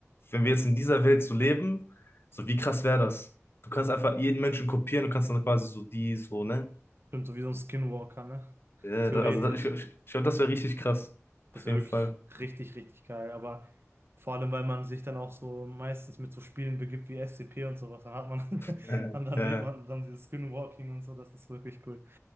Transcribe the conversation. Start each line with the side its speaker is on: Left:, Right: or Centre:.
Left: wenn wir jetzt in dieser Welt so leben, so wie krass wäre das? Du kannst einfach jeden Menschen kopieren und kannst dann quasi so die, so, ne?
Right: stimmt, so wie so ein Skinwalker, ne?
Left: Ja,
Right: Theoretisch.
Left: da, also da, ich, ich, ich glaube, das wäre richtig krass.
Right: Das
Left: Auf
Right: wäre
Left: jeden
Right: wirklich
Left: Fall.
Right: richtig, richtig geil. Aber vor allem, weil man sich dann auch so meistens mit so Spielen begibt wie SCP und sowas, dann hat man,
Left: Ja,
Right: <laughs> und dann
Left: ja.
Right: sieht man dann dieses Skinwalking und so, das ist wirklich cool.